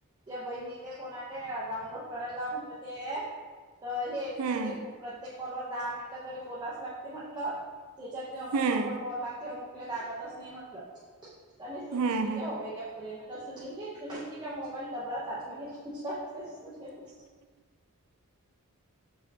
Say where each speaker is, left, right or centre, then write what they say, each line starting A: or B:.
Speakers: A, on the right (about 20°); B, on the right (about 75°).
A: त्या बहिणीले कोणालेा करायला म्हणवते. तर हे म्ह
B: हम्म
A: ते प्रत्येक कॉलवर दहा मिनिटं तरी बोलाच लागते म्हटलं. त्याच्यात बी अमुक
B: हम्म
A: लोकल कॉल लागते अमुकला लागतच नाही म्हटलं. पनी सुनील
B: हम्म
A: जी क्या होग क्या पुरे म. सुनील जी सुनील जी का मोबाईल डबडा सा म घलेते सुनील.